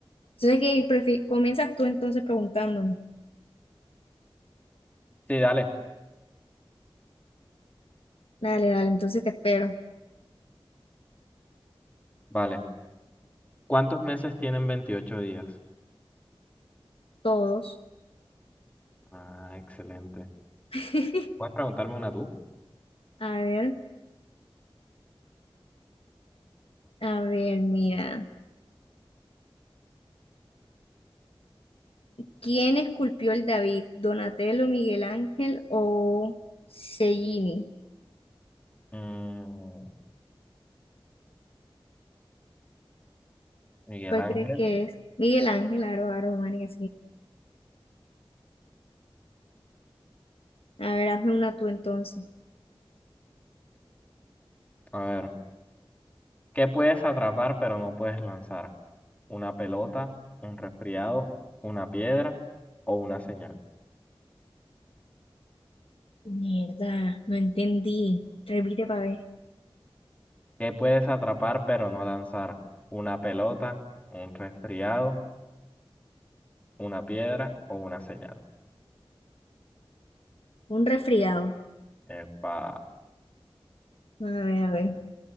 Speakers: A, on the left; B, on the left.
A: Entonces, ¿qué prefi- comienzas tú entonces preguntándome?
B: Sí, dale,
A: Dale, dale, entonces te espero.
B: vale. ¿Cuántos meses tienen 28 días?
A: Todos.
B: Ah, excelente.
A: <laughs>
B: ¿Puedes preguntarme una tú?
A: A ver, a ver, mira. ¿Quién esculpió el David? ¿Donatello, Miguel Ángel o Cellini?
B: Mm, Miguel
A: ¿Cuál
B: Ángel.
A: crees que es? Miguel Ángel, Aro, Aro, María, A ver, hazme una tú entonces.
B: A ver, ¿qué puedes atrapar pero no puedes lanzar? una pelota, un resfriado, una piedra o una señal.
A: Mierda, no entendí. Repite para ver.
B: ¿Qué puedes atrapar pero no lanzar? ¿Una pelota, un resfriado, una piedra o una señal?
A: Un resfriado.
B: Epa.
A: A ver, a ver.